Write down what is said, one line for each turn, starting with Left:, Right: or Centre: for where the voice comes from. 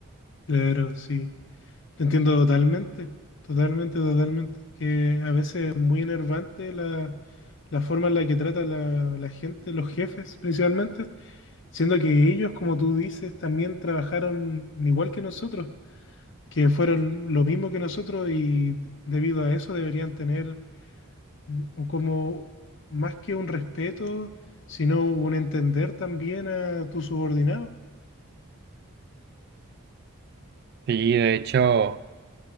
Left: Claro, sí. Te entiendo totalmente, totalmente, totalmente. Que a veces es muy enervante la, la forma en la que trata la, la gente, los jefes principalmente, siendo que ellos, como tú dices, también trabajaron igual que nosotros, que fueron lo mismo que nosotros y debido a eso deberían tener mm, un- como más que un respeto, sino un entender también a tu subordinado.
Right: Sí, de hecho.